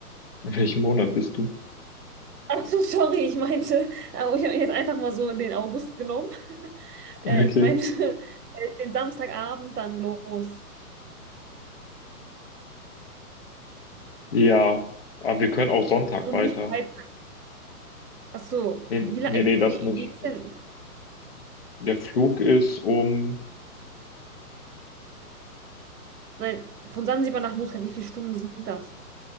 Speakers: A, on the left; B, on the right.
A: In welchem Monat bist du?
B: Ach so, sorry, ich meinte, äh, oh, ich habe jetzt einfach mal so den August genommen. Äh,
A: Okay.
B: ich meinte <laughs> äh, den Samstagabend dann los.
A: Ja, aber wir können auch Sonntag
B: Und
A: weiter.
B: nicht breit. Ach so.
A: Nee,
B: Wie, la-
A: nee, nee, das
B: wie,
A: nicht.
B: wie ist denn?
A: Der Flug ist um
B: Nein, von Sansibar nach Muscat, wie viele Stunden sind das?